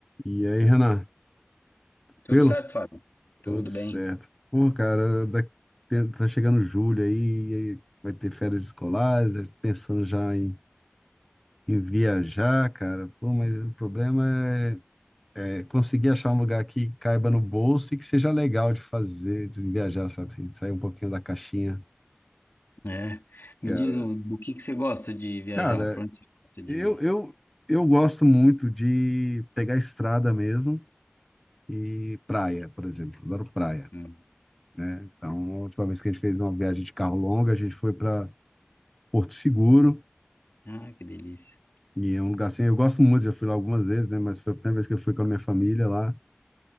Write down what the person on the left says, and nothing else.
Tudo certo, Fábio? Tudo
bem.
É. Me
diz o- do que que você gosta de viajar?
Pra onde você gosta de.
ir?
Hum.
Ah, que delícia.